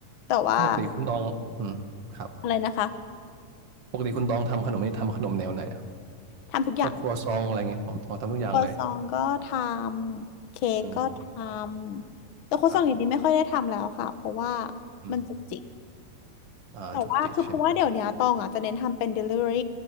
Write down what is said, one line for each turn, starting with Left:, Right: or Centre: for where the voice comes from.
Left: แต่ว่า
Right: ปกติคุณตองอืมครับ
Left: อะไรนะคะ
Right: ปกติคุณตองทำขนมนี่ทำขนมแนวไหน
Left: ทำทุกอย่าง
Right: พวกครัวซองอะไรเงี้ยอ๋อทอทำทุกอย่างเลย
Left: ครัวซองก็ทำเค้กก็ท
Right: อืมครับ
Left: ำแต่ครัวซองอย่างนี้ไม่ค่อยได้ทำแล้วค่ะเพราะว่า
Right: ครับอืม
Left: มันจุกจิก
Right: อ่าจุกจิกใช่ไหม
Left: แต่ว่าคือเพราะว่าเดี๋ยวเนี้ยตองอ่ะจะเน้นทำเป็น delivery